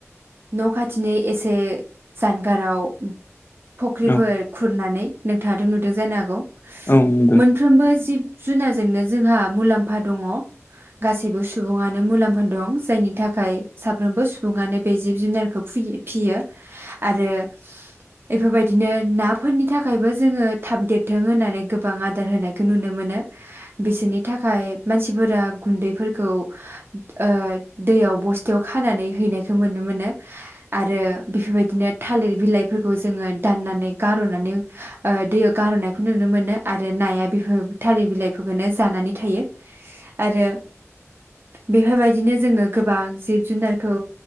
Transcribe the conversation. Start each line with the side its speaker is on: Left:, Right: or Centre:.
Right: न' खाथिनि एसे जानगाराव फख्रिफोर
Left: नंगौ औ
Right: खुरनानै नोंथाङाथ' नुदों जानो हागौ
Left: औ नंगौ
Right: मोनफ्रोमबो जिब जुनाजोंनो जोंहा मुलाम्फा दङ गासैबो सुबुङानो मुलाम्फा दं जायनि थाखाय साफ्रोमबो सुबुङानो बे जिब जुनारखौ फुयो फियो आरो बेफोरबायदिनो नाफोरनि थाखायबो जोङो थाब देरथों होननानै गोबां आदार होनायखौ नुनो मोनो बिसोरनि थाखाय मानसिफोरा गुन्दैफोरखौ ओ दैयाव बस्थायाव खानानै हैनायखौ मोन्नो मोनो आरो बेफोरबायदिनो थालिर बिलाइफोरखौ जोङो दाननानै गार'नानै ओ दैयाव गार'नायखौ नुनो मोनो आरो नाया बेफोर थालिर बिलाइफोरखौनो जानानै थायो आरो बेफोरबायदिनो जोङो गोबां जिब जुनारखौ